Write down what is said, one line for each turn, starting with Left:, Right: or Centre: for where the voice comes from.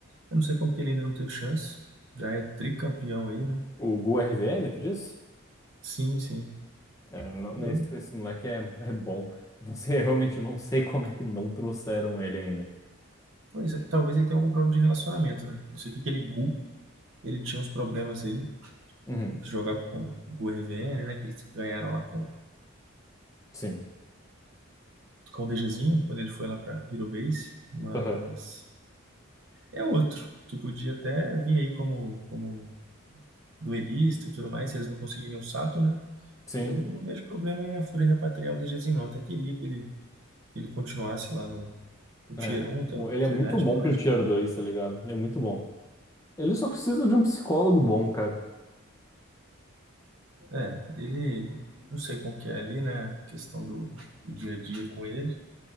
Right: Eu não sei como que ele ainda não teve chance. Já é tricampeão aí, né?
Left: O Gu RVN, tu disse?
Right: Sim, sim.
Left: É, não, não,
Right: Eu,
Left: esse, esse moleque é, é bom. Eu não sei, <laughs> eu realmente não sei como é que não trouxeram ele ainda.
Right: Pois é, talvez ele tenha algum problema de relacionamento, né? Eu sei que aquele Gu, ele tinha uns problemas aí,
Left: Uhum,
Right: o que jogava com o Gu RVN, né? Que eles ganharam lá com,
Left: sim.
Right: com o DGzinho, quando ele foi lá pra Hero Base, mas
Left: Aham.
Right: é outro, que podia até vir aí como, como duelista e tudo mais, se eles não conseguiriam o Sato, né?
Left: Sim,
Right: Eu não vejo problema em a Fúria repatriar o DGzinho, não. Até queria que ele, ele continuasse lá no, no
Left: é.
Right: Tier 1, tendo
Left: O-
Right: a oportunidade,
Left: Ele é muito bom
Right: porque
Left: pro
Right: eu acho
Left: Tier
Right: que
Left: dois tá ligado? Ele é muito bom. Ele só precisa de um psicólogo bom, cara.
Right: É, ele, não sei como que é ali, né, a questão do, do dia a dia com ele,